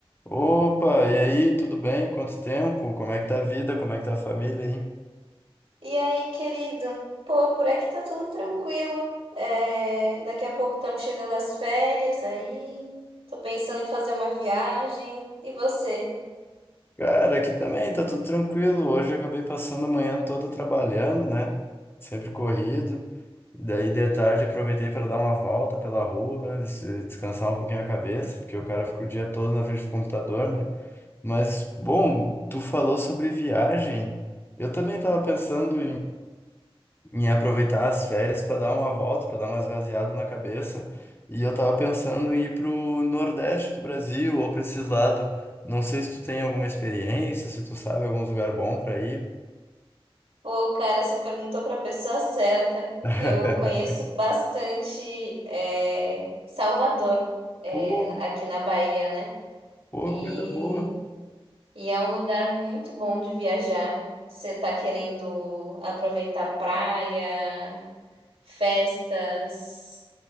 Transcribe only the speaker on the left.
Opa, e aí, tudo bem? Quanto tempo? Como é que tá a vida? Como é que tá a família aí?
Cara, aqui também tá tudo tranquilo. Hoje eu acabei passando a manhã toda trabalhando, né? Sempre corrido. E daí de tarde aproveitei para dar uma volta pela rua, des- descansar um pouquinho a cabeça, porque o cara fica o dia todo na frente do computador, né? Mas, bom, tu falou sobre viagem. Eu também estava pensando em aproveitar as férias para dar uma volta, para dar uma esvaziada na cabeça. E eu tava pensando em ir pro Nordeste do Brasil ou para esses lados. Não sei se tu tem alguma experiência, se tu sabe algum lugar bom para ir.
<laughs>
Pô,
pô,
coisa boa.